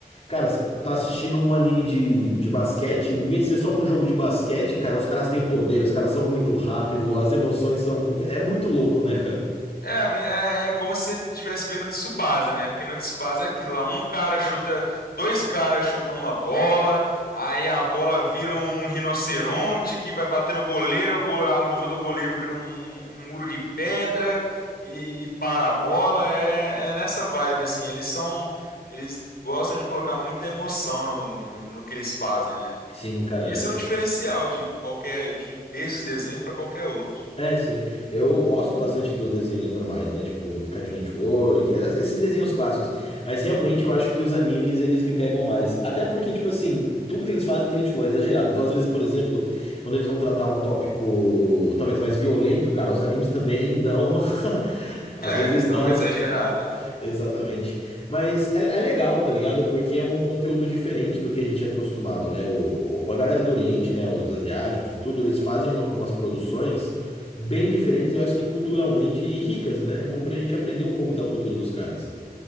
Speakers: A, on the left; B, on the left.
A: cara, você tá assistindo um anime de, de basquete, em vez de ser só um jogo de basquete, cara, os caras têm poder, os caras são muito rápidos, as emoções são. <laughs> É muito louco, né, cara?
B: É, me- é, é como se você estivesse vendo Tsubasa, né? Porque no Tsubasa é aquilo lá, um cara chuta, dois caras chutam uma bola, aí a bola vira um rinoceronte que vai bater no goleiro, o go- a luva do goleiro vira um, um muro de pedra e, para a bola. É, é nessa vibe, assim. Eles são, eles gostam de colocar muita emoção no, no que eles fazem, né?
A: Sim, cara.
B: E esse é um diferencial de qualquer, de, desses desenhos para qualquer outro.
A: É, sim. Eu gosto bastante dos desenhos normais, né? Tipo, do Cartoon Network, es- esses desenhos clássicos. Mas realmente eu acho que os animes, eles me pegam mais. Até porque, tipo assim, tudo que eles fazem, que nem a gente falou, é exagerado. Então, às vezes, por exemplo, quando eles vão tratar um tópico talvez mais violento, cara, os animes também dão uma. <laughs> Às
B: É,
A: vezes
B: eles
A: eles
B: dão
A: dão
B: uma
A: umas.
B: exagerada.
A: <laughs> Exatamente. Mas é, é legal, tá ligado? Porque é um conteúdo diferente do que a gente é acostumado, né? O, o- a galera do Oriente, né? Os asiáticos e tudo, eles fazem uma- umas produções bem diferentes e eu acho que culturalmente ricas, né? É bom pra gente aprender um pouco da cultura dos caras.